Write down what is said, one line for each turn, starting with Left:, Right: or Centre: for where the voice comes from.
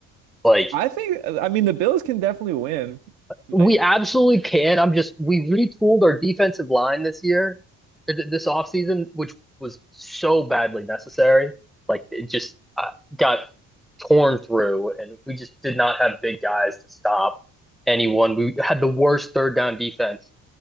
Centre: Like
Right: I think, uh, I mean, the Bills can definitely win. Like,
Centre: We absolutely can. I'm just we retooled our defensive line this year, th- this offseason, which was so badly necessary. Like it just uh, got torn through, and we just did not have big guys to stop anyone. We had the worst third down defense